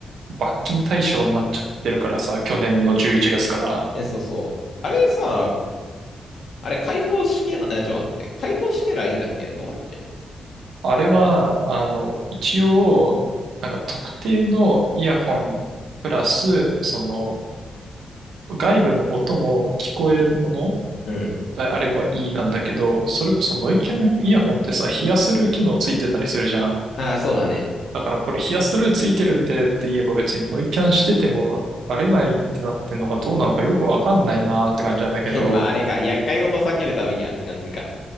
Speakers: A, on the right (about 80°); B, on the left (about 55°).
A: 罰金対象になっちゃってるからさ、去年の11月から。
B: え、そうそう。あれさ、あれ開放式な、え、ちょっと待って。開放式ならいいんだっけどうだっけ
A: あれは、あの、一応、なんか特定のイヤホンプラス、その、外部の音も聞こえるもの
B: うん。
A: であればいいなんだけど、それこそノイキャンイヤホンってさ、ヒアスルー機能ついてたりするじゃん。
B: ああ、そうだね。
A: だからこれヒアスルーついてるんでって言えば別にノイキャンしててもバレないってなってんのかどうなのかよくわかんないなーって感じなんだけど、
B: <laughs> まあ、あれか。厄介事を避けるためにはって感じか。